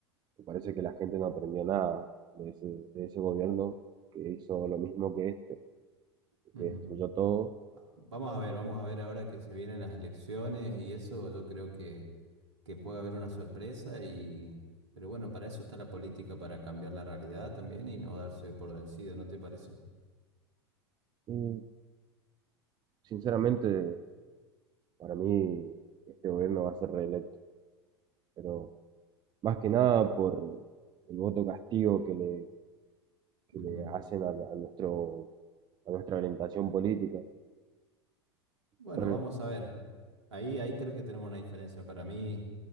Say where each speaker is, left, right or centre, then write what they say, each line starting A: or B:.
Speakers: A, on the right; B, on the right.
A: me parece que la gente no aprendió nada de ese, de ese gobierno que hizo lo mismo que este,
B: ujú.
A: que destruyó todo.
B: Vamos a ver, vamos a ver ahora que se vienen las elecciones y eso, yo creo que, que puede haber una sorpresa y, pero bueno, para eso está la política, para cambiar la realidad también y no darse por vencido, ¿no te parece?
A: Y sinceramente, para mí este gobierno va a ser reelecto, pero más que nada por el voto castigo que le, que
B: Ujú.
A: le hacen a, a nuestro, a nuestra orientación política
B: Bueno,
A: Bueno,
B: vamos a ver. Ahí, ahí creo que tenemos una diferencia. Para mí,